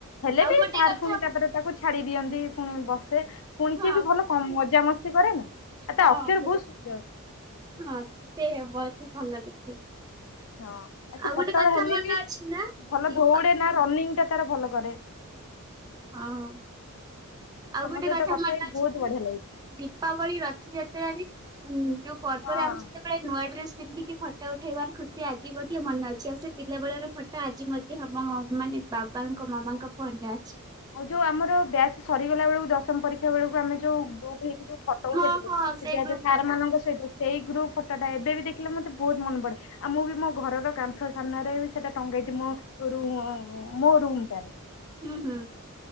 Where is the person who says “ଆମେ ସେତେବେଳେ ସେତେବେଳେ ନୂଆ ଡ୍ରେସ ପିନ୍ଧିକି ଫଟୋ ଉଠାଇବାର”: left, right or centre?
Right